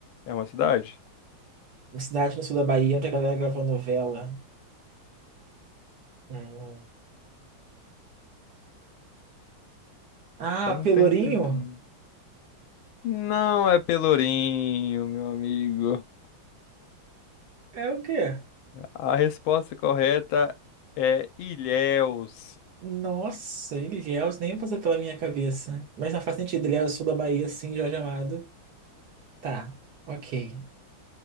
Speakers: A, on the left; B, on the right.
A: É uma cidade?
B: uma cidade no sul da Bahia onde a galera gravou novela. É, Ah,
A: Tum,
B: Pelourinho?
A: tum, tum, tum. Não é Pelourinho, meu amigo.
B: É o quê?
A: A resposta correta é Ilhéus.
B: Nossa, Ilhéus nem passa pela minha cabeça. Mas não faz sentido, Ilhéus, sul da Bahia, sim, Jorge Amado. Tá, ok.